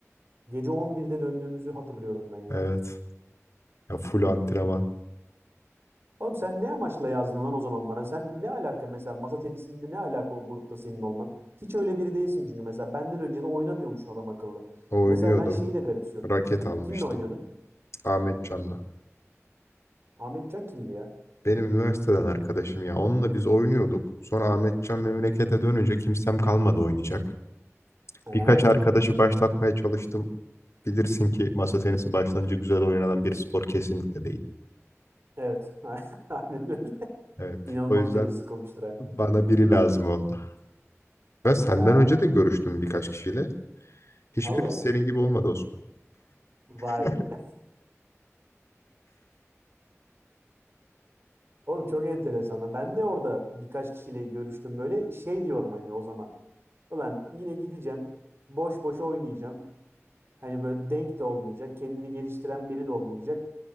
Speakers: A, on the right; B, on the left.
A: gece 11'de döndüğümüzü hatırlıyorum ben ya.
B: Evet. Ya full antrenman.
A: Oğlum sen ne amaçla yazdın lan o zaman bana? Sen ne alaka mesela masa tenisinde ne alaka o grupta senin olman? Hiç öyle biri değilsin çünkü mesela benden önce de oynamıyormuşsun adam akıllı.
B: Oynuyordum.
A: Mesela ben şeyi de garipsiyorum.
B: Raket almıştım.
A: Kimle oynuyordun?
B: Ahmetcan'la.
A: Ahmetcan kimdi ya?
B: Benim üniversiteden arkadaşım ya. Onunla biz oynuyorduk. Sonra Ahmetcan memlekete dönünce kimsem kalmadı oynayacak.
A: He,
B: Birkaç arkadaşı başlatmaya çalıştım. Bilirsin ki masa tenisi başlanınca güzel oynanan bir spor kesinlikle değil.
A: evet. <laughs> Aynen öyle.
B: Evet.
A: İnanılmaz
B: O yüzden
A: canı sıkılmıştır ha.
B: bana biri lazım oldu. Ben senden
A: He.
B: önce de görüştüm birkaç kişiyle. Hiçbiri
A: Allah Allah.
B: senin gibi olmadı Osman.
A: Vay
B: <laughs>
A: be. <laughs> Oğlum çok enteresan. lan. Ben de orada birkaç kişiyle görüştüm böyle. Şey diyorum hani o zaman. Ulan yine gideceğim. Boş boş oynayacağım. Hani böyle denk de olmayacak. Kendini geliştiren biri de olmayacak.